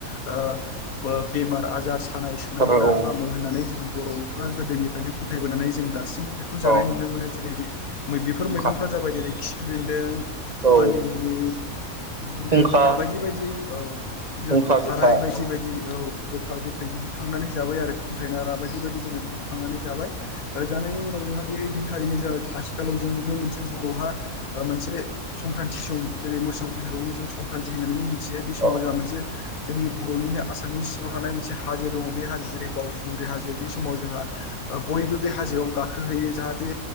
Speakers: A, on the left; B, on the right.
A: ओ बेमार आजार सानाय सुनायफोरा
B: आरो
A: हामो होननानै जों बर'फ्रा गोदोनिफ्रायनो फोथायबोनानै जों दासिमबो बेखौ
B: औ
A: जानाय नुनो मोनो जेरै बेफोर
B: फुंखा
A: मैगंफ्रा जाबाय जेरै खिफि बेन्दों
B: औ
A: मानिमुनि बिदिनो
B: फुंखा
A: बायदि बायदि औ बिदिनो
B: फुंखा
A: थाराय
B: गोखा औ
A: बायदि
B: औ
A: बायदि औ गोखा गोखै बिदि खांनानै जाबाय आरो खुथायनारा बायदि बायदि जोङो बेखौ खांनानै जाबाय ओ जानायनि उनाव जोंहा बे रिदिं खालिनो जोंङा आथिखालाव जों नुनो मोनसे बर'हा मोनसे संक्रान्ति सम जेरै मोसौ बिहुआवनो जों संक्रान्ति होननानै बुङो <unintelligible> बे समाव
B: औ
A: जोंहा मोनसे जोंनि बर'निनो आसामनि सिङाव थानाय मोनसे हाजो दङ बे हाजो जेरै बावखुंग्रि हाजो बे समाव जोंहा ओ बयबो बे हाजोआव गाखोहोयो जाहाथे